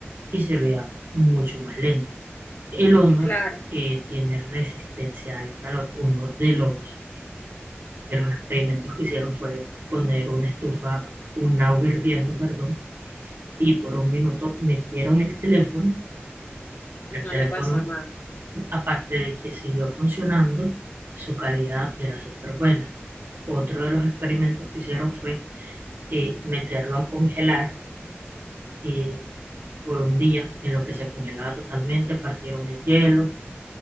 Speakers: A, on the right; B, on the left.
A: y se vea mucho más lento. El Honor
B: Claro,
A: eh, tiene resistencia al calor, uno de los de los experimentos que hicieron fue poner una estufa, un agua hirviendo, perdón, y por un minuto metieron el teléfono.
B: y
A: El
B: no
A: teléfono,
B: le pasó nada.
A: aparte de que siguió funcionando, su calidad era súper buena. Otro de los experimentos que hicieron fue eh, meterlo a congelar eh, por un día, en lo que se congelaba totalmente, partieron el hielo